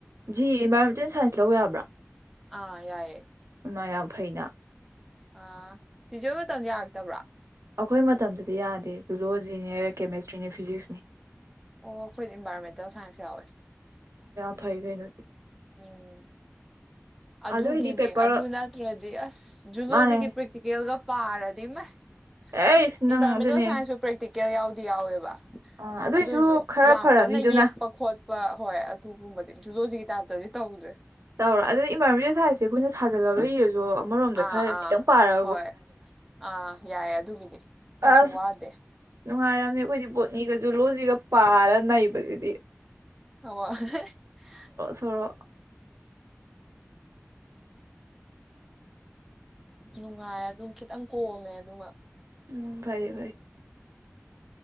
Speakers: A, on the right (about 70°); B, in the centre.
A: ꯖꯤ ꯏꯟꯚꯥꯏꯔꯣꯟꯃꯦꯟꯇꯦꯜ ꯁꯥꯏꯟꯁ ꯂꯧꯕ ꯌꯥꯕ꯭ꯔꯥ
B: ꯑꯥ ꯌꯥꯑꯦ
A: ꯃꯥ ꯌꯥꯝ ꯐꯩꯅ
B: ꯑ ꯆꯤꯖꯦ ꯃꯇꯝꯗ ꯌꯥꯔꯛꯇꯕ꯭ꯔꯥ
A: ꯑꯩꯈꯣꯏ ꯃꯇꯝꯗꯗꯤ ꯌꯥꯗꯦ ꯖꯨꯣꯂꯣꯖꯤꯅꯦ ꯀꯦꯃꯦꯁꯇ꯭ꯔꯤꯅꯦ ꯐꯤꯖꯤꯛꯁꯅꯦ
B: ꯑꯣ ꯑꯩꯈꯣꯏꯗꯤ ꯏꯟꯚꯥꯏꯔꯣꯟꯃꯦꯟꯇꯦꯜ ꯁꯥꯏꯟꯁ ꯌꯥꯎꯋꯦ
A: ꯊꯥꯏꯒ ꯅ
B: ꯎꯝ ꯑꯗꯨꯒꯤꯅꯦ
A: ꯑꯗꯨꯏꯗꯤ ꯄꯦꯄꯔ
B: ꯑꯗꯨ ꯅꯠꯇ꯭ꯔꯗꯤ ꯑꯁ ꯖꯨꯂꯣꯖꯤꯒꯤ
A: ꯃꯥꯅꯦ
B: ꯄ꯭ꯔꯦꯛꯇꯤꯀꯦꯜꯒ ꯄꯥꯔꯗꯤ ꯃ
A: ꯑꯦꯁ
B: ꯍꯣꯏ
A: ꯅꯪ
B: ꯏꯟꯚꯥꯏꯔꯣꯟꯃꯦꯟꯇꯦꯜ
A: ꯑꯗꯨꯅꯦ
B: ꯁꯥꯏꯟꯁꯁꯨ ꯄ꯭ꯔꯦꯛꯇꯤꯀꯦꯜ ꯌꯥꯎꯗ ꯗꯤ ꯌꯥꯎꯋꯦꯕ
A: ꯑꯥ ꯑꯗꯨꯏꯁꯨ
B: ꯑꯗꯨꯁꯨ
A: ꯈꯔ
B: ꯌꯥꯝ
A: ꯐꯔꯅꯤꯗꯨꯅ
B: ꯀꯟꯅ ꯌꯦꯛꯄ ꯈꯣꯠꯄ ꯋꯥ ꯍꯣꯏ ꯑꯗꯨꯒꯨꯝꯕꯗꯤꯨ ꯍꯧꯖꯤꯛ ꯇꯥꯗ꯭ꯔꯗꯤ ꯇꯧꯗ꯭ꯔꯦ
A: ꯇꯧꯔ ꯑꯗꯨꯅ ꯏꯃꯥꯅꯕꯤ ꯁꯥꯥꯏꯁ ꯑꯩꯈꯅ ꯁꯥꯖꯜꯂꯒ ꯏꯔꯁꯨꯣ ꯣꯝꯗ
B: ꯑꯥ
A: ꯈꯔ
B: ꯑꯥ
A: ꯈꯤꯇꯪ ꯄꯔꯗ
B: ꯍꯣꯏ ꯑꯥ ꯌꯥꯏꯌꯦ ꯑꯗꯨꯒꯤꯗꯤ ꯀꯩꯁꯨ
A: ꯑ
B: ꯋꯥꯗꯦ
A: ꯅꯨꯡꯉꯣ ꯅꯕꯗꯤ
B: ꯑ
A: ꯁꯣꯔꯣ
B: ꯅꯨꯡꯉꯥꯏ ꯑꯗꯨꯝ ꯈꯤꯇꯪ ꯀꯣꯝꯃꯦ ꯑꯗꯨꯃ
A: ꯎꯝ ꯐꯥꯏꯌꯦ ꯐꯥꯏ